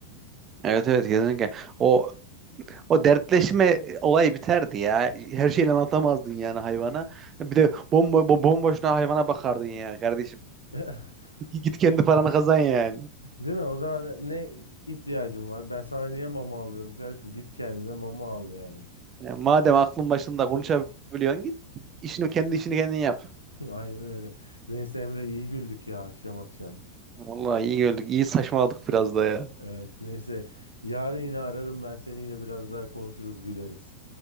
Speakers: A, on the right (about 30°); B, on the left (about 80°).
A: Evet evet kesinlikle. O o dertleşme olayı biterdi ya. Her şeyini anlatamazdın yani hayvana. Bir de bomba bo- bomboşuna hayvana bakardın yani kardeşim.
B: <laughs>
A: Git kendi paranı kazan yani.
B: Değil mi? O zaman ne ihtiyacım var? Ben sana niye mama alıyorum kardeşim? Git kendine mama al yani.
A: Yani madem aklın başında konuşabiliyorsun git. işini kendi işini kendin yap.
B: <laughs> Aynen öyle. Neyse Emre iyi güldük ya akşam akşam.
A: Vallahi iyi gördük. iyi saçmaladık biraz da ya.
B: Evet neyse. Yarın yine ararım ben seni yine biraz daha konuşuruz güleriz.